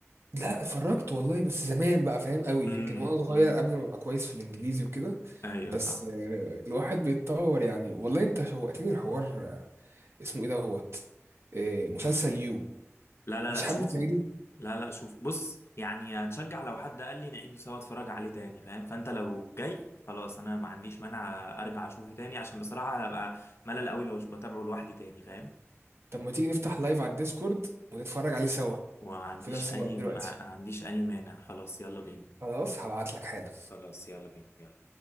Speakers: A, on the right (about 55°); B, on the left (about 55°).
A: لا اتفرجت والله بس زمان بقى فاهم قوي
B: امم
A: يمكن وانا صغير
B: امم
A: قبل ما ابقى كويس في الانجليزي وكده
B: ايوه
A: بس
B: صح
A: آه، الواحد بيتطور يعني والله انت شوقتني الحوار آه، اسمه ايه دوت آه، مسلسل يو
B: لا لا
A: مش
B: لا
A: حابب
B: شوفه
A: تعيده
B: لا لا شوف بص يعني هتشجع لو حد قال لي نعيده سوا اتفرج عليه تاني فاهم فانت لو جاي خلاص انا ما عنديش مانع ارجع اشوفه تاني عشان بصراحة هبقى ملل قوي لو مش بتابعه لوحدي تاني فاهم
A: طب ما تيجي نفتح لايف على الديسكورد ونتفرج عليه سوا
B: وما عنديش
A: في نفس
B: اي
A: الوقت دلوقتي
B: ما عنديش اي مانع خلاص يلا بينا
A: خلاص هبعت لك حالا
B: خلاص يلا بينا يلا